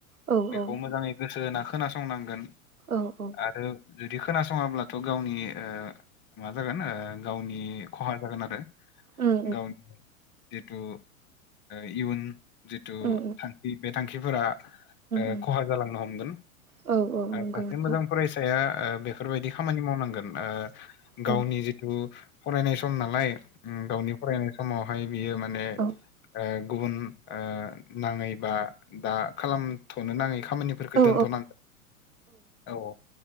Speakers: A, on the right; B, on the left.
A: उम उम
B: बेखौ मोजाङै गोसो होना खोनासंनांगोन।
A: औ औ।
B: आरो जुदि खोनासङाब्लाथ' गावनि ओ मा जागोन ओ गावनि खहा जागोन आरो
A: उम
B: गावनि। जिथु इयुन जिथु
A: उम उम
B: थांखि बे थांखिफोरा ओ
A: उम
B: खहा जालांनो हमगोन
A: औ औ नंगौ
B: सासे
A: नोंथां
B: मोजां फरायसाया ओ बेफोरबायदि खामानि मावनांगोन ओ
A: उम
B: गावनि जिथु फरायनाय सम नालाय उम गावनि फरायनाय समावहाय बियो माने
A: औ
B: ओ गुबुन ओ नाङै बा दा खालामथ'नो नाङै खामानि फोरखौ
A: औ
B: दोनथ'नांगोन औ